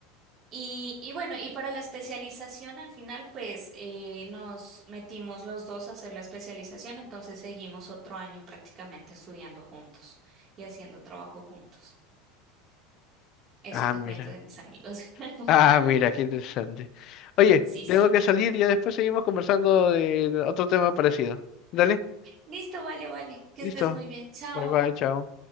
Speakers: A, on the right; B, on the left.
A: Y, y bueno, y para la especialización al final, pues eh, nos metimos los dos a hacer la especialización, entonces seguimos otro año prácticamente estudiando juntos y haciendo trabajo juntos. Eso
B: Ah,
A: te
B: mira.
A: cuento de mis amigos. <laughs>
B: Ah, mira, qué interesante. Oye,
A: Sí, sí.
B: tengo que salir y ya después seguimos conversando de otro tema parecido. Dale,
A: Listo, vale, vale. Que
B: listo.
A: estés muy bien. Chao.
B: Bye bye, chao.